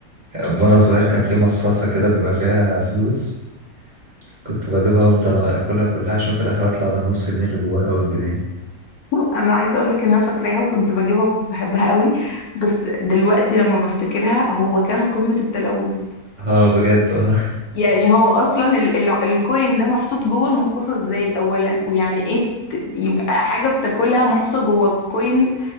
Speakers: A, on the right; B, on the left.
A: وانا صغير كان في مصاصة كده بيبقى فيها فلوس كنت بجيبها وافضل اكلها كلها عشان في الاخر اطلع بالنص جنيه اللي جواها او الجنيه
B: <laughs> انا عايزة اقولك ان انا فاكراها وكنت بجيبها وكنت بحبها قوي بس دلوقتي لما بفتكرها هو كان قمة التلوث
A: اه بجد اه
B: يعني هو اصلا ال ال الكوين ده محطوط جوه المصاصة ازاي اولا ويعني ايه ت- يبقى حاجة بتاكلها محطوطة جوه كوين